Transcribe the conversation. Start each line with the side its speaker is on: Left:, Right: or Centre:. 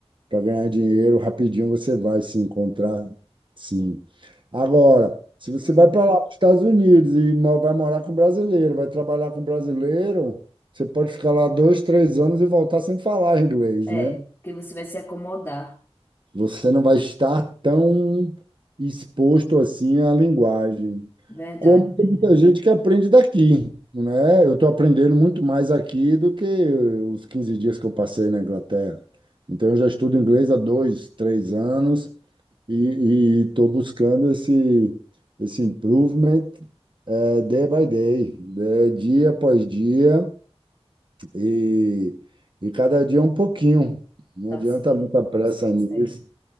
Right: para ganhar dinheiro, rapidinho você vai se encontrar, sim. Agora, se você
Left: Hum.
Right: vai para lá, para os Estados Unidos, e mo- vai morar com brasileiro, vai trabalhar com brasileiro, você pode ficar lá dois, três anos e voltar sem falar inglês,
Left: É,
Right: né?
Left: porque você vai se acomodar.
Right: Você não vai estar tão exposto assim à linguagem,
Left: Verdade,
Right: como tem
Left: verdade.
Right: muita gente que aprende daqui, né? Eu estou aprendendo muito mais aqui do que os 15 dias que eu passei na Inglaterra. Então, eu já estudo inglês há dois, três anos e estou buscando esse, esse improvement eh, day by day, eh, dia após dia e, e cada dia um pouquinho. Não
Left: Tá
Right: adianta
Left: certo.
Right: muita pressa
Left: Nossa, tá
Right: nisso.
Left: certo.